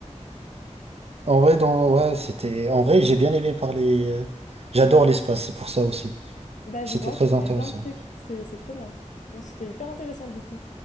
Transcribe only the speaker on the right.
En vrai, dans, ouais, c'était, en vrai, j'ai bien aimé parler. euh, J'adore l'espace, c'est pour ça aussi.
C'était
très
intéressant.